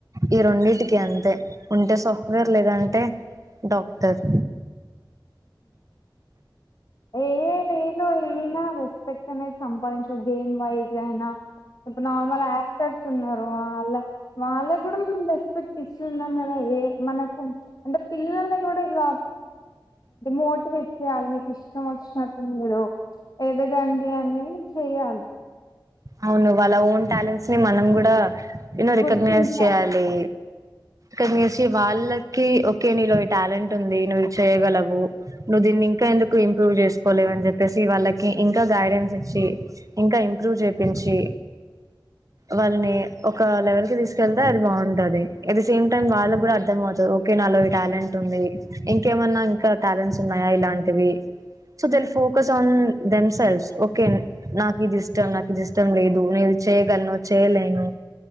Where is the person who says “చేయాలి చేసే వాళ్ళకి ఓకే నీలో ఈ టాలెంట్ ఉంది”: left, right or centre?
Right